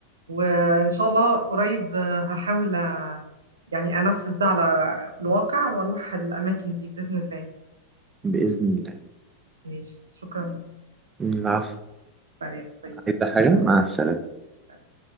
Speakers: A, on the right; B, on the right.
A: وان شاء الله قريب آه، هحاول آه، يعني انفذ ده على في الواقع واروح الاماكن دي باذن الله
B: باذن الله
A: ماشي شكرا
B: العفو
A: سلام باي باي
B: عايزه حاجه مع السلامه
A: طيب.